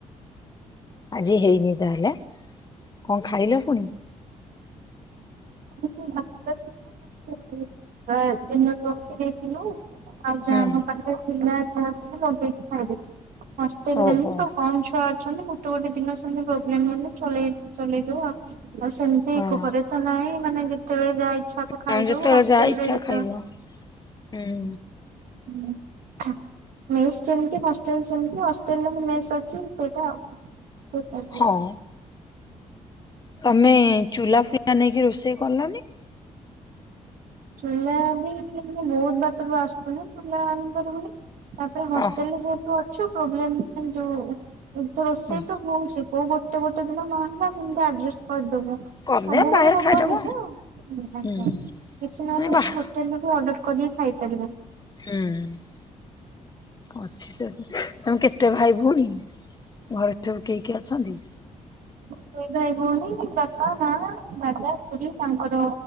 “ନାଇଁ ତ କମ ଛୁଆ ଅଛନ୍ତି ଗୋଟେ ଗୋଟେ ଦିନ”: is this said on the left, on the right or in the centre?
Right